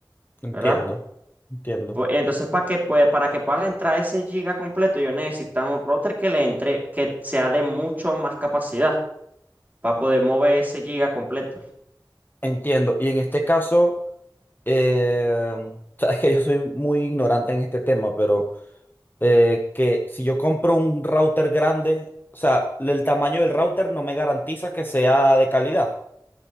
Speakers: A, on the left; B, on the right.
A: entiendo.
B: ¿verdad?
A: Entiendo.
B: Pues, Entonces, para que, pues, para que puedan entrar ese giga completo, ellos necesitan un router que le entre, que sea de mucho más capacidad para poder mover ese giga completo.
A: Entiendo. Y en este caso. Eh, sabes que yo soy muy ignorante en este tema, pero eh, que si yo compro un router grande, o sea, el tamaño del router no me garantiza que sea de calidad.